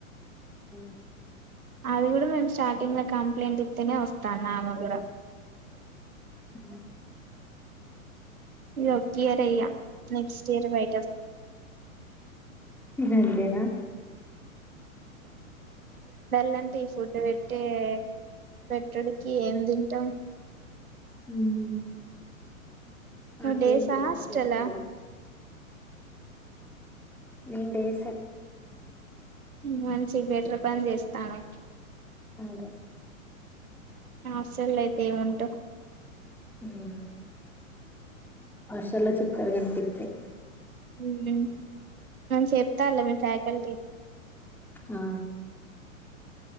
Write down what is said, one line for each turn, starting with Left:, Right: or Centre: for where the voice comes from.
Centre: ఉ
Right: అది కూడా మేము స్టార్టింగ్ లో కంప్లైంట్ ఇస్తేనే వస్తాంది ఆమే కూడా
Centre: ఉ
Right: ఈ ఒక ఇయర్ ఇక నెక్స్ట్ ఇయర్ బై
Centre: ఇక ఇంతేనా
Right: లంటే ఈ ఫుడ్ పెట్టే పెట్టడికి ఏం తింటాం
Centre: ఉమ్
Right: నువ్వు
Centre: ఆంటీ
Right: డేసా
Centre: అంకుల్
Right: హాస్టలా
Centre: ఫోన్ చేస్తారా నేను దోశ
Right: మంచి బెటర్ పని చేస్తానా
Centre: అదే
Right: హాస్టల్ లైఫ్ అంతే
Centre: మ్మ్ హాస్టల్లో చుక్కలు కనిపిస్తాయి
Right: ఈవినింగ్ నేను చెప్తాలే ఫ్యాకల్టీ
Centre: ఆ